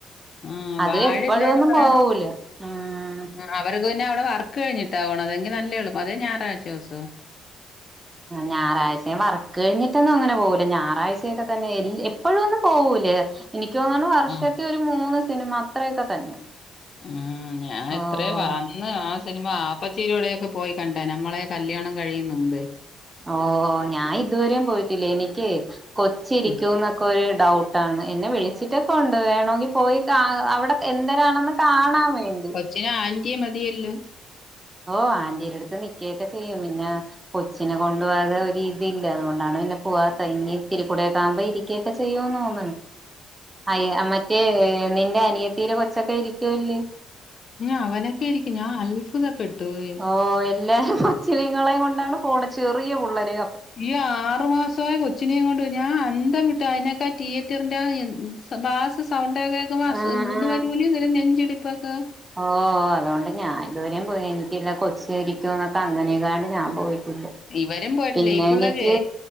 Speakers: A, on the left (about 50°); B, on the right (about 20°).
A: ഉം
B: അത്
A: വാഴ
B: എപ്പോഴും
A: എല്ലാരും
B: ഒന്നും
A: പറയണ്
B: പോവൂല ഉം
A: ആ അവർക്ക് പിന്നെ അവിടെ വർക്ക് കഴിഞ്ഞിട്ടാവണം അതെങ്കിൽ നല്ലേള്ളൂ അതേ ഞായറാഴ്ച ദിവസോ?
B: ഞായറാഴ്ച വർക്ക് കഴിഞ്ഞിട്ടൊന്നും അങ്ങനെ പോകൂല ഞായറാഴ്ചയൊക്കെ തന്നെ എപ്പോഴും ഒന്നും പോവൂലേ എനിക്ക് തോന്ന്ണു വർഷത്തി
A: ആ
B: ഒരു മൂന്ന് സിനിമ അത്രയൊക്കെ തന്നെ
A: ഉം ഞാൻ ഇത്രേ
B: ഓ
A: വ ഇന്ന് ആ സിനിമ ആപ്പച്ചിരിയോടൊക്കെ പോയി കണ്ട നമ്മളെ കല്യാണം കഴിയുന്നുമ്പെ
B: ഓ. ഞാൻ ഇതുവരെയും പോയിട്ടില്ലേ എനിക്ക് കൊച്ചിരിക്കൂ
A: ഉം.
B: ന്നൊക്കെരു ഡൗട്ട് ട്ടാണ് എന്നെ വിളിച്ചിട്ടൊക്കെണ്ട് വേണോങ്കി പോയി കാ അവിടെ എന്തരാണെന്ന് കാണാൻ വേണ്ടി
A: ച ആൻ്റി മതിയല്ലോ
B: ഓ ആന്റീടെ അടുത്ത് നിക്കയൊക്കെ ചെയ്യും പിന്നെ കൊച്ചിനെ കൊണ്ടു പോകാതെ ഒരു ഇതില്ല അതുകൊണ്ടാണ് പിന്നെ പോവാത്ത ഇനി ഇത്തിരി കൂടൊക്കെ ആകുമ്പോ ഇരിക്ക കേക്കെ ചെയ്യോന്ന് തോന്ന്ണു
A: <inaudible>
B: അയ മറ്റേ നിന്റെ അനിയത്തീടെ കൊച്ചൊക്കെ ഇരിക്കുവല്ലേ
A: ഞ അവനൊക്കെയിരിക്കും ഞാൻ അൽ ഭുത പെട്ടു പോയി
B: ഓഹ് എല്ലാരും കൊച്ചിനങ്ങളെയും കൊണ്ടാണ് പോണ ചെറിയ പുള്ളേരെ
A: ഇയ ആറ്മാസായ കൊച്ച് ച്ചിനെയും കൊണ്ട് ഞാൻ അന്തം വിട്ട അതിനൊക്കെ തിയേറ്ററിന്റെ ബാസിസ്റ്റ് സൗണ്ട ഒക്കെ കേക്കും മ്പം അസ
B: ആഹ്
A: ഇത്
B: ആഹ്
A: വരൂലെ ഇ നെഞ്ചടിപ്പൊക്കെ
B: ഓ അതുകൊണ്ട് ഞാൻ ഇതുവരെയും പോയി എനിക്കല്ല കൊച്ചി ഇരിക്കും എന്നൊക്കെ അങ്ങനെയക്കാണ്ട് ഞാൻ പോയി. ട്ടില്ല
A: ഇവരും പോയിട്ടില്ല.
B: പിന്നെ
A: ഈ പിള്ളേരെ
B: എനിക്ക്